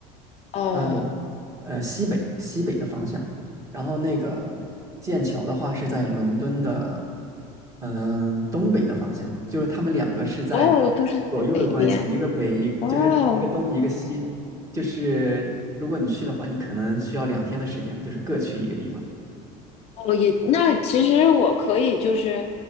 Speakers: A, on the left (about 40°); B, on the right (about 20°).
A: 哦，
B: 嗯，对，呃西北西北的方向，然后那个剑桥的话是在伦敦的嗯呃东北的方向，就是他们两个是在
A: 哦，都是在北边。
B: 左右的关系，一个北一就是一个东一个西，
A: 哦，
B: 就是如果你去的话，你可能需要两天的时间，就是各去一个地方，
A: 哦，也，那其实我可以就是，